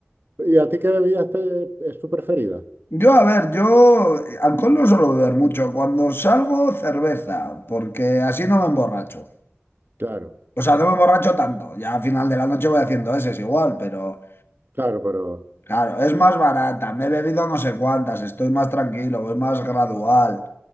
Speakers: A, on the right; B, on the left.
A: ¿y a ti qué bebida te- es tu preferida?
B: Yo, a ver, yo eh, alcohol no suelo beber mucho. Cuando salgo, cerveza, porque así no me emborracho.
A: Claro,
B: O sea, no me emborracho tanto. Ya al final de la noche voy haciendo ese, es igual, pero
A: claro, pero,
B: Claro, es más barata, me he bebido no sé cuántas, estoy más tranquilo, voy más gradual.